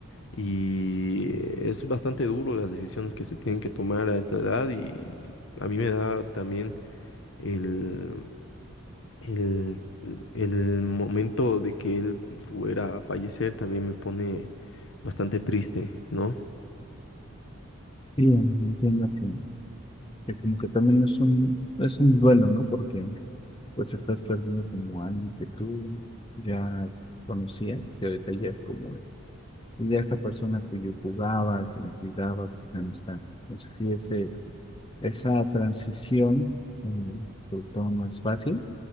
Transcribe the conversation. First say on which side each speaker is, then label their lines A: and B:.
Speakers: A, on the left; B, on the left.
A: y es bastante duro las decisiones que se tienen que tomar a esta edad y a mí me da también el, el, el momento de que él fuera a fallecer también me pone bastante triste, ¿no?
B: Sí, entiendo que, que como que también es un, es un duelo, ¿no? Porque pues estás perdiendo como a alguien que tú ya conocías, que ahorita ya es como y de esta persona cuyo jugaba, que le cuidaba, que ya no está. Entonces, sí, ese, esa transición eh, sobre todo no es fácil